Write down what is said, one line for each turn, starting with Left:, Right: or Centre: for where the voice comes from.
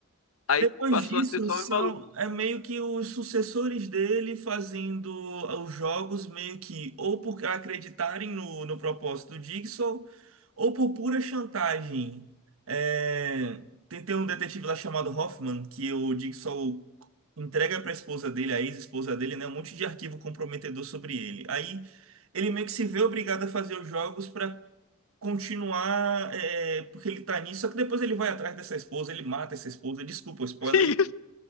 Left: aí
Right: Depois
Left: passou
Right: disso,
Left: a ser só
Right: são
Left: um maluco. <laughs>
Right: é meio que os sucessores dele fazendo ah, os jogos meio que ou por acreditarem no, no propósito do Jigsaw ou por pura chantagem. É, tem, tem um detetive lá chamado Hoffman que o Jigsaw entrega para a esposa dele, a ex-esposa dele, né, um monte de arquivo comprometedor sobre ele. Aí ele meio que se vê obrigado a fazer os jogos para continuar é, porque ele tá nisso, só que depois ele vai atrás dessa esposa, ele mata essa esposa, desculpa o spoiler.
Left: Que isso?